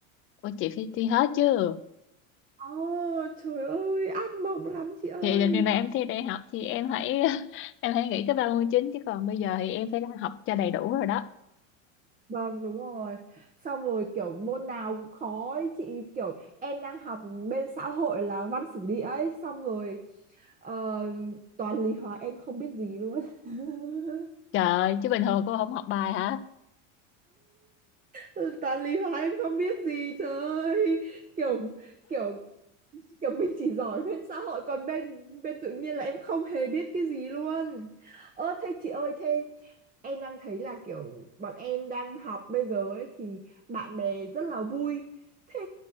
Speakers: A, on the left (about 30°); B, on the right (about 20°).
A: ủa chị phải đi hết chứ.
B: Ồ, trời ơi, ác mộng lắm chị ơi.
A: Thì đợt này em thi đại học thì em hãy <laughs> em hãy nghĩ tới 39 chứ còn bây giờ thì em phải học cho đầy đủ rồi đó.
B: Vâng đúng rồi Xong rồi kiểu môn nào cũng khó ấy. Chị kiểu em đang học bên xã hội là văn sử địa ấy Xong rồi ờ, toàn lý hóa em không biết gì luôn <laughs>
A: Trời ơi, chứ bình thường cô không học bài hả?
B: Ôi, Toàn lý hóa em không biết gì, trời ơi. Kiểu kiểu kiểu mình chỉ giỏi bên xã hội còn bên bên tự nhiên là em không hề biết cái gì luôn ơ thế chị ơi thế em đang thấy là kiểu bọn em đang học bây giờ ấy thì bạn bè rất là vui thế